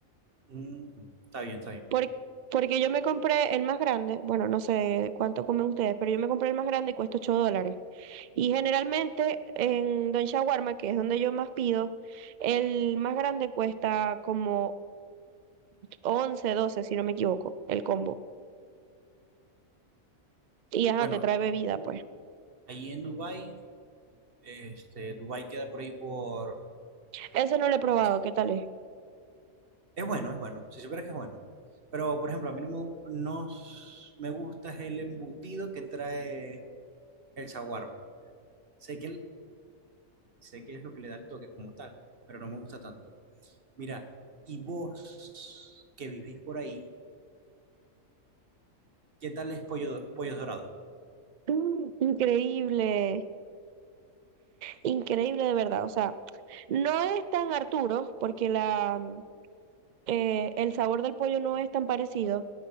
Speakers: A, on the right; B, on the right.
A: "Mm, está bien, está bien.
B: Por- porque yo me compré el más grande, bueno, no sé cuánto comen ustedes, pero yo me compré el más grande y cuesta 8 dólares. Y generalmente en Don Shawarma, que es donde yo más pido, el más grande cuesta como 11 12 si no me equivoco, el combo. Y ajá,
A: Bueno,
B: te trae bebida,
A: mm,
B: pues.
A: ahí en Dubái, este, Dubái queda por ahí por,
B: Ese no lo he
A: por
B: probado,
A: la plaza.
B: ¿qué tal es?
A: Es bueno, es bueno. Si supieras que es bueno. Pero, por ejemplo, a mí no me, gu- no s- me gusta es el embutido que trae el saguarbo. Sé que, el- sé que es lo que le da el toque como tal, pero no me gusta tanto. Mira, y vos que vivís por ahí, ¿qué tal es pollo, do- pollos dorados?
B: Mm, Increíble, increíble de verdad. O sea, no es tan Arturo, porque la, eh, el sabor del pollo no es tan parecido,